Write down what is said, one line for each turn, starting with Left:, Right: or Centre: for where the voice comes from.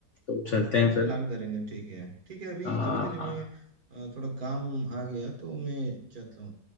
Left: तो चलते
Right: हाँ
Left: हैं
Right: वो
Left: फिर
Right: प्लान करेंगे ठीक है ठीक है अभी
Left: आ,
Right: अभी के लिए
Left: हाँ
Right: मैं अ, थोड़ा काम आ गया तो मैं जाता हूँ